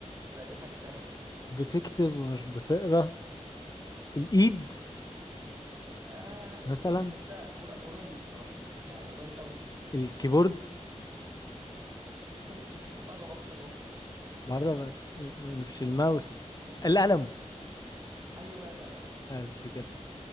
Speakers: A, on the right; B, on the left.
A: لا دي حاجة تانية دي
B: بتكتب ومش بتقرا الايد
A: آه
B: مثلا
A: انت قر- قريب بصراحة يعني قريب قوي
B: الكيبورد
A: بص بتقرب اكتر واكتر
B: بره مش الماوس القلم
A: ايوه الالم بالظبط
B: قصدي كده